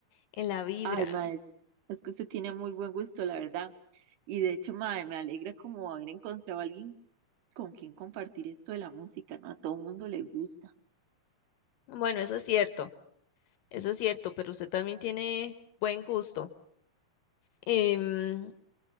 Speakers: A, on the left; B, on the right.
A: en la vibra.
B: Ay, madre, es que usted tiene muy buen gusto, la verdad. Y de hecho, madre, me alegra como haber encontrado a alguien con quien compartir esto de la música, ¿no? A todo el mundo le gusta.
A: Bueno, eso es cierto, eso es cierto, pero usted también tiene buen gusto. Em,